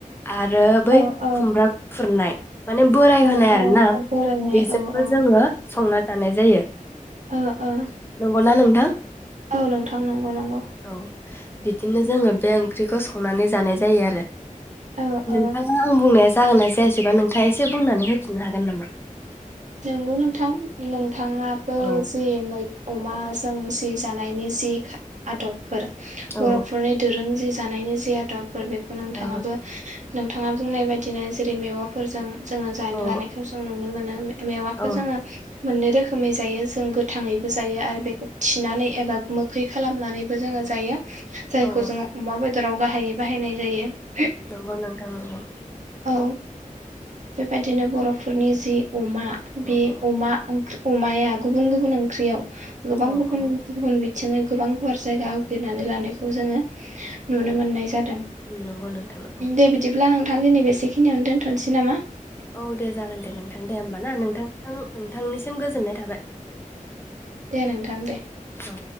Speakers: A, on the left; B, on the right.
A: आरो बै
B: औ औ
A: खुमब्रा खुरनाय माने बोराय
B: औ
A: होनाय
B: औ
A: आरोना
B: बोरायनाय
A: बेजोंबो
B: औ औ
A: जोङो संना जानाय जायो
B: ओ ओ
A: नंगौ ना नोंथां
B: औ नोंथां नंगौ नंगौ
A: औ बिदिनो जोङो बे ओंख्रिखौ संनानै जानाय जायो आरो
B: औ औ
A: नोंथाङा आं बुंनाय जागोनना जायासैबा नोंथाङा एसे बुंनानै होफिननो हागोन नामा?
B: नंगौ नोंथां नों थाङाबो
A: औ
B: जे मै अमाजों जि जानायनि जि आदब फोर
A: औ
B: बर'फोरनि दोरों जि जानायनि जे आदब फोर बेखौ नोंथाङाबो
A: औ
B: नोंथाङा बुंनाय बायदिनो जेरै मेवाफोरजों जोङो जानो
A: औ
B: लानायखौ जों नुनो मोनो मे मेवाखो
A: औ
B: जोङो मोननै रो खोमै जायो जों गो थाङैबो जायो आरो बेखौ थिनानै एबा मोखै खालामनानैबो जोङो जायो। जायखौ
A: औ
B: जोङो अमा बेदराव बाहायो बाहायनाय जायो।
A: नंगौ नोंथां नंगौ।
B: औ बेबायदिनो बर' फोरनि जि अमा
A: औ
B: बे
A: औ
B: अमा ओं अमाया गुबुन गुबुन ओंख्रियाव गोबां
A: औ
B: गुबुन
A: औ
B: गुबुन बिथिङै गोबां गुवार जायगा आवग्रि नानै लानायखौ जोङो नुनो मोननाय जादों
A: नंगौ नोंथां नंगौ
B: दे बिदिब्ला नों थां दिनै बेसेखिनियावनो दोनथ'नोसै नामा?
A: औ दे जागोन दे नों थां दे ओमबा ना नोंथां नोंथांनिसि गोजोननाय थाबाय।
B: दे नोंथां दे।
A: औ